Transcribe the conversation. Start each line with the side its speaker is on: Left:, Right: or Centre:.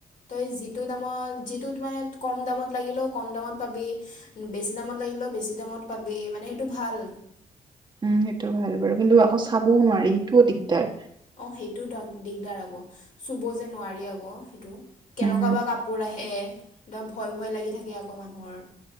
Left: তই যিটো দামত যিটোত মানে কম দামত লাগিলেও কম দামত পাবি বেছি দামত লাগিলেও বেছি দামত পাবি, মানে সেইটো ভাল।
Right: উম সেইটো ভাল বাৰু, কিন্তু আকৌ চাবও নোৱাৰি সেইটোও দিগদাৰ।
Left: অ সেইটো দিগদাৰ আকৌ চুব যে নোৱাৰি আকৌ সেইটো। কেনেকুৱা
Right: উম
Left: বা কাপোৰ আহে, ভয় ভয় লাগি থাকে আকৌ মানুহৰ।